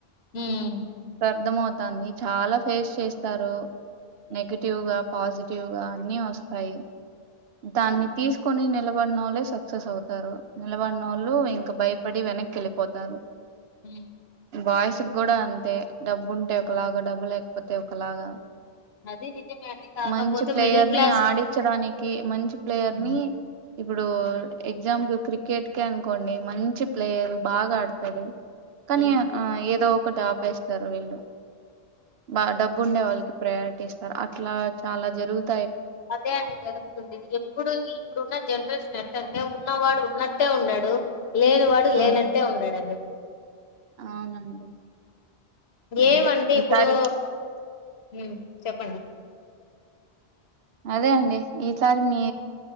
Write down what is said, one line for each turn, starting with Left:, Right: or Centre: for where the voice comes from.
Left: హ్మ్
Right: అర్థం అవుతాంది చాలా ఫేస్ చేస్తారు నెగిటివ్గా పాజిటివ్గా అన్ని వస్తాయి దాన్ని తీసుకొని నిలబడిన వోళ్ళే సక్సెస్ అవుతారు నిలబడిన వోళ్ళు ఇంకా భయ పడి వెనక్కి వెళ్ళిపోతారు
Left: మ్
Right: బాయ్స్ గూడా అంతే డబ్బు ఉంటే ఒకలాగా డబ్బు లేకపోతే ఒకలాగా
Left: అది నిజమే అండి. కాకపోతే
Right: మంచి ప్లేయర్
Left: మిడిల్ క్లాస్
Right: ని ఆడించడానిక్ కి మంచి ప్లేయర్
Left: హ్మ్
Right: ని ఇప్పుడు ఎగ్జాంపుల్ క్రికెట్కె అనుకోండి మంచి ప్లేయర్ బాగా ఆడతాడు కానీ
Left: హ్మ్
Right: ఆ ఏదో ఒకటి ఆపేస్తారు వీళ్ళు బ డబ్బు ఉండే వాళ్ళకి ప్రయారిటీ ఇస్తారు అట్లా చాలా జరుగుతు
Left: అదే అండి జరుగుతుంది ఎప్పుడు ఇప్పుడున్న జనరల్స్ ఎం టంటే ఉన్నవాడు ఉన్నట్టే ఉన్నాడు లేనివాడు లేనట్టే
Right: ఉమ్,
Left: ఉన్నాడు అండి
Right: అవునండి
Left: ఏవంటే
Right: అదే ఈసారి
Left: ఇప్పుడూ ఉ చెప్పండి
Right: అదే అండి ఈసారి మీ